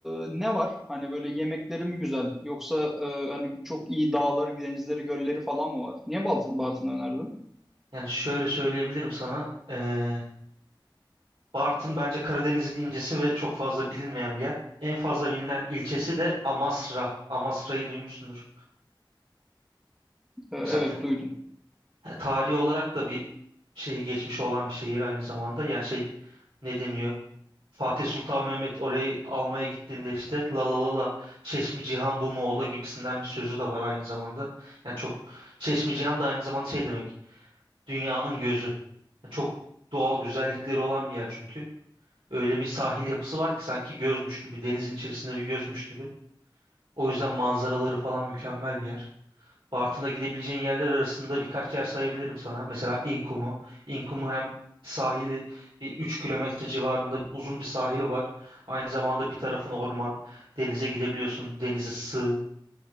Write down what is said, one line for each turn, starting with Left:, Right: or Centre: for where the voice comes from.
Centre: e, ne var? Hani böyle yemekleri mi güzel? Yoksa e, hani çok iyi dağları, denizleri, gölleri falan mı var? Niye Balt- Bartın'ı önerdin?
Right: Yani şöyle söyleyebilirim sana. eee, Bartın bence Karadeniz'in incisi ve çok fazla bilinmeyen bir yer. En fazla bilinen ilçesi de Amasra. Amasra'yı duymuşsundur.
Centre: E, evet
Right: Mesela f-
Centre: duydum.
Right: tarihi olarak da bir şeyi geçmiş olan bir şehir aynı zamanda. Yani şey ne deniyor? Fatih Sultan Mehmet orayı almaya gittiğinde işte la la la la Çeşmi Cihan bu mu ola gibisinden bir sözü de var aynı zamanda. Yani çok Çeşmi Cihan da aynı zamanda şey demek dünyanın gözü. Yani çok doğal güzellikleri olan bir yer çünkü. Öyle bir sahil yapısı var ki sanki gözmüş gibi denizin içerisinde bir gözmüş gibi. O yüzden manzaraları falan mükemmel bir yer. Bartın'da gidebileceğin yerler arasında birkaç yer sayabilirim sana. Mesela İnkumu. İnkumu hem sahili bir 3 kilometre civarında uzun bir sahili var. Aynı zamanda bir tarafın orman. Denize gidebiliyorsun. Denizi sığ